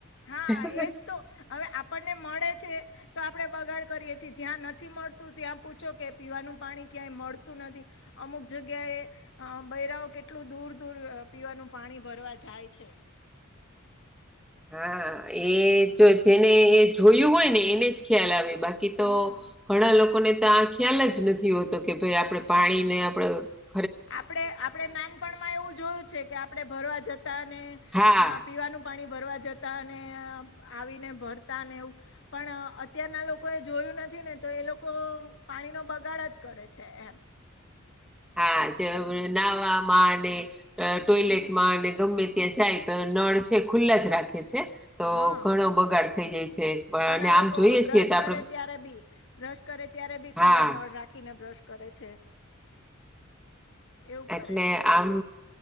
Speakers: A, on the left; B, in the centre.
A: હા
B: <unintelligible>
A: એજ તો હવે આપણને મળે છે. તો આપણે બગાડ કરીએ છીએ જ્યાં નથી મળતું ત્યાં પૂછો કે પીવાનું પાણી ક્યાંય મળતું નથી અમુક જગ્યાએ અ બૈરાઓ કેટલું દૂર દૂર અ પીવાનું પાણી ભરવા જાય છે.
B: હા એ જો જેને એ જોયું હોય ને એને જ ખ્યાલ આવે. બાકી તો
A: હમ
B: ઘણા લોકોને તો આ ખ્યાલ જ નથી. યો તો કે ભાઈ આપણે પાણી ને આપડ
A: આપણે આપણેે નાનપણમાં એવું જોયું છે કે આપડણે ભરવા જતા ને
B: હા
A: અ પીવાનું પાણી ભરવા જતા અને અ આવીને ભરતા અને એવું પણ અ અત્યારના લોકો એ જોયું નથી ને તો એ લોકો પાણીનો બગાડ જ કરે છે એમ
B: હા જે વ નહવામાં અને ટો ટોયલેટમાં
A: હમ
B: અને ગમે ત્યાં જાય ન નળ છે ખુલ્લા જ રાખે છે. તો
A: હા
B: ઘણો બગાડ થઈ જાય છે પણ
A: ઘણા
B: અને આમ
A: લોકો
B: જોઈએ
A: બ્રશ
B: છીએ તો
A: કરે
B: આપડે
A: ત્યારે બી. બ્રશ કરે ત્યારે બી ખુલ્લા
B: હા
A: નળ રાખીને બ્રશ કરે છે. એવું
B: એટલે
A: કરે છે
B: આમ